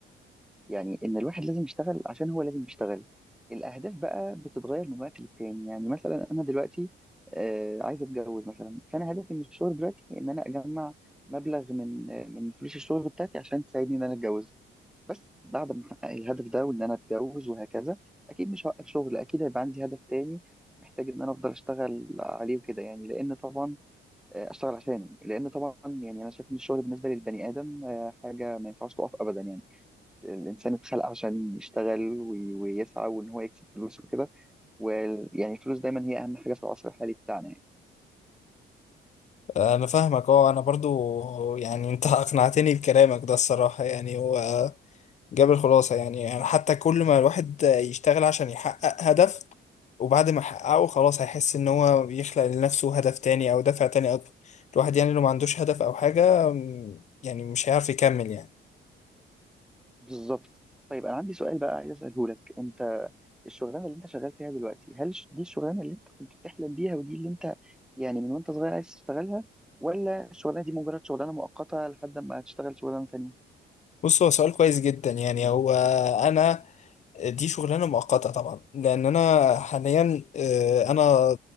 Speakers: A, in the centre; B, on the left.
A: يعني ان الواحد لازم يشتغل عشان هو لازم يشتغل الاهداف بقى بتتغير من وقت للتاني يعني مثلا انا دلوقتي آه، عايز اتجوز مثلا فانا هدفي من الشغل دلوقتي ان انا اجمع مبلغ من آه، من فلوس الشغل بتاعتي عشان تساعدني ان انا اتجوز بس بعد ما احقق الهدف ده وان انا اتجوز وهكذا اكيد مش هوقف شغل اكيد هيبقى عندي هدف تاني محتاج ان انا افضل اشتغل عليه وكده يعني لان طبعا اشتغل عشانه لان طبعا يعني انا شايف ان الشغل بالنسبه للبني ادم آه، حاجه ما ينفعش تقف ابدا يعني الانسان اتخلق عشان يشتغل وي- ويسعى وان هو يكسب فلوس وكده ويعني الفلوس دايما هي اهم حاجه في العصر الحالي بتاعنا يعني
B: انا فاهمك اه انا برضو يعني انت <laughs> اقنعتني بكلامك ده الصراحة يعني هو جاب الخلاصة يعني يعني حتى كل ما الواحد يشتغل عشان يحقق هدف وبعد ما يحققه خلاص هيحس ان هو بيخلق لنفسه هدف تاني او دافع تاني اكبر الواحد يعني لو ما عندوش هدف او حاجة م، يعني مش هيعرف يكمل يعني
A: بالظبط طيب انا عندي سؤال بقى عايز اساله لك انت الشغلانه اللي انت شغال فيها دلوقتي هل ش- دي الشغلانه اللي انت كنت بتحلم بيها ودي اللي انت يعني من وانت صغير عايز تشتغلها ولا الشغلانه دي مجرد شغلانه مؤقته لحد ما هتشتغل شغلانه تانية
B: بص هو سؤال كويس جدا يعني هو انا دي شغلانه مؤقته طبعا لان انا حاليا آه، انا